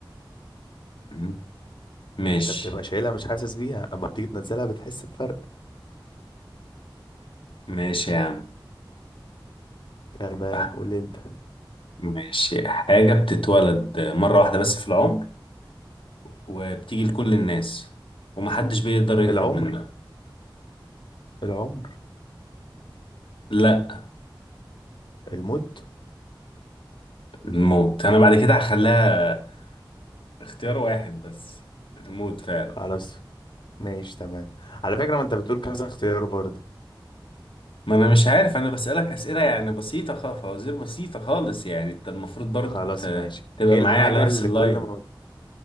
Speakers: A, on the left (about 85°); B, on the left (about 65°).
A: مم. ماشي
B: انت بتبقى شايلها مش حاسس بيها اما بتيجي تنزلها بتحس بفرق
A: ماشي يا عم
B: تمام
A: آه،
B: قول انت
A: ماشي حاجة بتتولد مرة واحدة بس في العمر وبتيجي لكل الناس ومحدش بيقدر يهرب
B: العمر
A: منها
B: العمر
A: لا
B: الموت
A: الموت انا بعد كده هخليها اختيار واحد بس الموت فعلا
B: خلاص ماشي تمام على فكرة ما انت بتقول كذا اختيار برضه
A: ما انا مش عارف انا بسألك اسئلة يعني بسيطة خالص فوازير بسيطة خالص يعني انت المفروض برضو
B: خلاص
A: ت-
B: ماشي
A: تبقى
B: ايه
A: معايا
B: الحاجة
A: على نفس
B: اللي
A: اللاين
B: كل ما